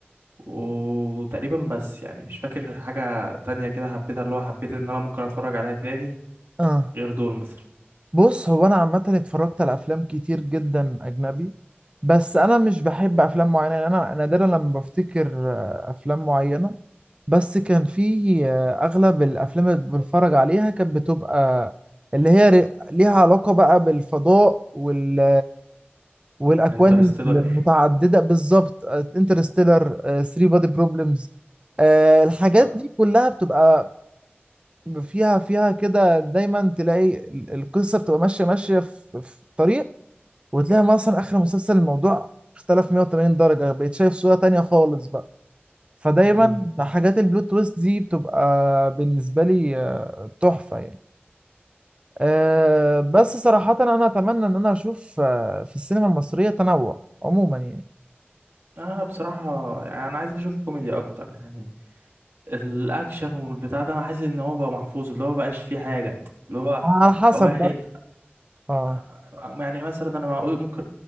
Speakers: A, on the right; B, on the right.
A: وتقريبا بس يعني مش فاكر حاجة تانية كده حبيتها اللي هو حبيت ان انا ممكن اتفرج عليها تاني
B: اه
A: غير دول مثلا
B: بص هو انا عامة اتفرجت على افلام كتير جدا اجنبي بس انا مش بحب افلام معينة يعني انا نادرا لما بفتكر آه، افلام معينة بس كان في آه، اغلب الافلام اللي بنتفرج عليها كانت بتبقى اللي هي ر- ليها علاقة بقى بالفضاء وال والاكوان
A: انترستيلر
B: المتعدده بالظبط انترستيلر 3 بادي بروبلمز الحاجات
A: اه
B: دي كلها بتبقى فيها فيها كده دايما تلاقي ال- القصه بتبقى ماشيه ماشيه في في طريق وتلاقي مثلا اخر مسلسل الموضوع اختلف 180 درجه بقيت شايف صوره تانية خالص بقى فدايما
A: مم.
B: حاجات البلوت تويست دي بتبقى بالنسبه لي آه، تحفه يعني آه، بس صراحه انا اتمنى ان انا اشوف آه، في السينما المصريه تنوع عموما يعني
A: آه، بصراحة يعني انا عايز اشوف كوميدي اكتر يعني الاكشن والبتاع ده انا حاسس ان هو بقى محفوظ اللي هو مبقاش فيه حاجة اللي هو
B: على حسب
A: واحد
B: اه
A: آه، يعني مثلا انا معقول ممكن